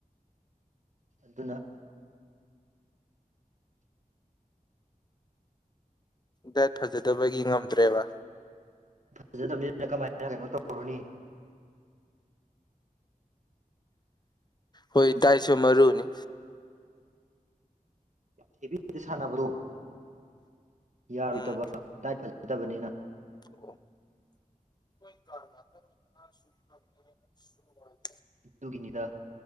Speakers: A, on the right; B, on the left.
A: ꯑꯗꯨꯅ
B: ꯗꯥꯏꯠ ꯐꯖꯗꯕꯒꯤ ꯉꯝꯗ꯭ꯔꯦꯕ
A: ꯐꯖꯕꯅꯤꯅ ꯀꯃꯥꯏꯅ ꯀꯩꯅꯣ ꯇꯧꯔꯨꯅꯤ
B: ꯍꯣꯏ ꯇꯥꯏꯁꯨ ꯃꯔꯑꯣꯅꯤ
A: ꯊꯕꯤꯗꯤ ꯁꯥꯟꯅꯕ꯭ꯔꯣ ꯌꯥꯔꯣꯏꯗꯕ
B: ꯎꯝ
A: ꯗꯥꯏꯠ ꯐꯖꯗꯕꯅꯤꯅ
B: ꯑꯣ
A: ꯑꯗꯨꯒꯤꯅꯤꯗ